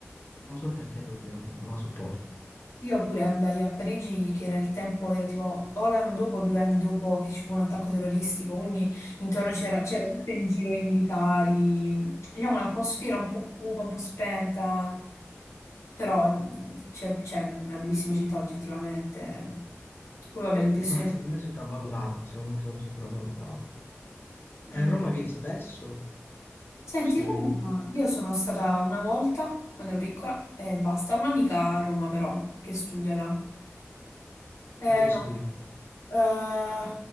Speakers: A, on the left; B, on the left.
A: Non lo so perché proprio non la sopporto.
B: Io pure andai a Parigi, che era il tempo, era tipo o l'anno dopo o due anni dopo che ci fu un attacco terroristico, quindi intorno c'era
A: E tu invece
B: c'era
A: sì.
B: tutto in giro i militari, diciamo l'atmosfera un po' cupa, un po' spenta, però mm, c'è c'è una bellissima città oggettivamente. Poi vabbè, l'impressione...
A: Ma secondo me è sopravvalutata, secondo me è sopra- sopravvalutata.
B: Mm.
A: E a Roma vieni spesso?
B: Senti,
A: Ci sei
B: Roma,
A: mai...
B: io sono stata una volta quando ero piccola e basta, un'amica a Roma però, che studia là. Eh
A: Dove
B: no,
A: studi?
B: eh,